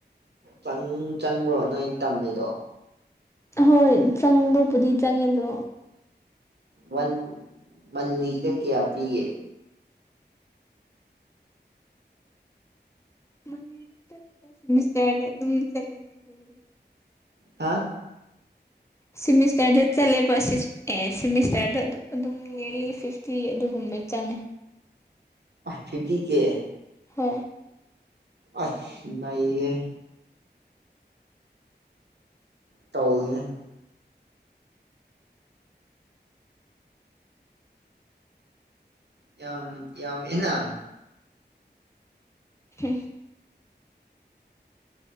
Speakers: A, on the right (about 70°); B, on the left (about 15°).
A: ꯆꯪ ꯆꯪꯕ꯭ꯔꯣ ꯅꯣꯏ ꯇꯝꯃꯤꯗꯣ
B: ꯑꯍꯣꯏ ꯆꯪꯕꯕꯨꯗꯤ ꯆꯪꯉꯦ ꯑꯗꯣ
A: ꯋꯥꯟ ꯃꯟꯂꯤꯗ ꯀꯌꯥ ꯄꯤꯒꯦ
B: ꯃꯟꯂꯤꯗ ꯅꯠꯇꯦꯗ ꯁꯦꯃꯤꯁꯇꯔꯗ ꯑꯗꯨꯝ ꯆꯠꯂꯦꯗ ꯑꯩꯈꯣꯏꯒꯤꯗꯤ
A: ꯍꯥ
B: ꯁꯤꯃꯤꯁꯇꯔꯗ ꯆꯠꯂꯦꯕ ꯁꯤꯁ ꯑꯦ ꯁꯤꯃꯤꯁꯇꯔꯗ ꯑꯗꯨ ꯑꯗꯨꯝ ꯅꯤꯌꯔꯂꯤ ꯐꯤꯐꯇꯤ ꯑꯗꯨꯒꯨꯝꯕꯩ ꯆꯪꯉꯦ
A: ꯐꯤꯞꯇꯤ ꯀꯦ
B: ꯍꯣꯏ
A: ꯑꯁ ꯅꯩꯍꯦ <unintelligible> ꯌꯥꯝ ꯌꯥꯝꯃꯦꯅ
B: <unintelligible>